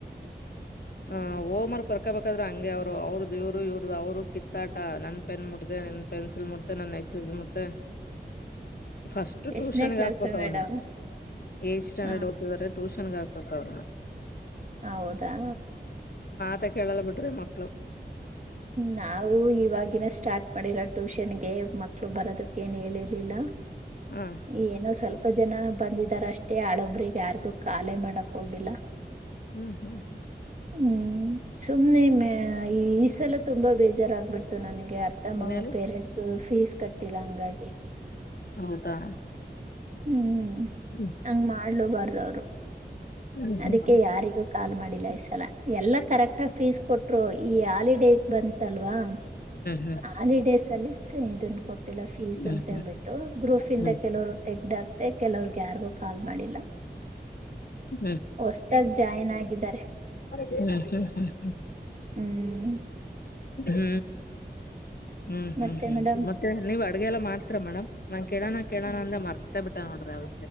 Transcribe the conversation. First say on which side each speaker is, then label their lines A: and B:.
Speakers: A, on the left (about 60°); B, on the right (about 45°).
A: ಹ ಓಮರ್ ಬರ್ಕಬೇಕ ್ರ ಹಂಗೆ ಅವರು ಅವ್ರದ ಇವರು ಇವ್ರದ್ದ ಅವ್ರು ಕಿತ್ತಾಟ ನನ್ ಪೆನ್ ಮುಡುತ್ತೆ ನನ್ನನ್ ಪೆನ್ಸಿಲ್ ಮುಡುತ್ತ ನನ್ನ ಎಕ್ಸ್ ಮತ್ತೆ ಫಸ್ಟ್ ಟ್ಯೂಷನ್ಗ
B: ಎಷ್ಟನೇ ಕ್ಲಾಸ್
A: ಹಾಕ್ಬೇಕ
B: ಮೇಡಮ್
A: ಅವನ್ನ ಏ ಸ್ಟ್ಯಾಂಡರ್ಡ್
B: ಹ
A: ಓದ್ತಿದಾರೆ ಟ್ಯೂಷನ್ ಗೆ ಹಾಕ್ಬೇಕ ಅವ್ರನ
B: ಹೌದಾ
A: ತ್ತ ಕೇಳಲ್ಲ ಬಿಡ್ರಿ ಮಕ್ಕಳು
B: ನಾವು ಇವಾಗಿನ ಸ್ಟಾರ್ಟ್ ಮಾಡಿರ ಟ್ಯೂಷನ್ ಗೆ ಮಕ್ಳು ಬರೋದಕ್ಕ ಏನ್ ಹೇಳಿರ್ಲಿಲ್ಲ
A: ಹ
B: ಏನು ಸ್ವಲ್ಪ ಇಪ್ಪ ಜನ ಬಂದಿದಾರ ಅಷ್ಟೇ ಹಳೊಬ್ರಿಗೆ ಯಾರಿಗೂ ಖಾಲೆ ಮಾಡಕ್ ಹೋಗಿಲ್ಲ
A: ಹ್ಮ್ ಹ್ಮ್ ಹ್ಮ್
B: ಹ್ಮ್ ಸುಮ್ನೆ ಮ ಈ ಈ ಸಲ ತುಂಬಾ ಬೇಜಾರಾಗತ ಬಿಡ್ತು ನನ್ಗೆ ಅರ್ಥ
A: ಏನ್ ಹೇಳಿ
B: ಪೇರೆಂಟ್ಸ್ ಫೀಸ್ ಕಟ್ಟಿಲ್ಲ ಹಂಗಾಗಿ
A: ಹೌದಾ
B: ಹ್ಮ್
A: ಹ್ಮ್
B: ಹಂಗ ಮಾಡ್ಲಬಾರ್ದವ್ರು
A: ಹ್ಮ್
B: ಅದಕ್ಕೆ
A: ಹ್ಮ್
B: ಯಾರಿಗೂ ಕಾಲ್ ಮಾಡಿಲ್ಲ ಈ ಸಲ ಎಲ್ಲಾ ಕರೆಕ್ಟ್ಗ ಫೀಸ್ ಕೊಟ್ರು ಈ ಹಾಲಿಡೇ ಬಂತಲ್ವಾ
A: ಹ್ಮ್
B: ಹಾಲಿಡೇಸ್ ಅಲ್ಲಿ ಇದನ್ ಕೊಟ್ಟಿಲ್ಲ ಫೀಸ್
A: ಹ್ಮ್
B: ಅಂತ
A: ಹ್ಮ್
B: ಹೇಳ್ಬಿಟ್ಟು ಗ್ರೂಪ್ ಇಂದ
A: ಹ್ಮ್
B: ಕೆಲವರು ತೆಗ್ದಾಗ್ತ ಮ ಕೆಲವ್ರಗೆ ಯಾರಿಗೂ ಕಾಲ್ ಮಾಡಿಲ್ಲ
A: ಹ್ಮ್
B: ಹೊಸದಾಗಿ
A: ಹ್ಮ್
B: ಜಾಯಿನ್ ಆಗಿದ್ದಾರೆ
A: ಹ್ಮ್ ಹ್ಮ್ ಹ್ಮ್
B: ಹ್ಮ್
A: ಹ್ಮ್ ಹ್ಮ್ ಹ್ಮ್
B: ಮತ್ತೆ
A: ಹ್ಮ್
B: ಮೇಡಮ್
A: ಮತ್ತೆ ನೀವ್ ಆ ಅಡ್ಗೆಲ್ಲ ಮಾಡ್ತರ ಮೇಡಮನ್ ಕೋ ಕೇಳೋಣ ಅಂದ ಮರ್ತಾ ಬಿಟ್ಟ ನೋಡ್ರಿ ಅವ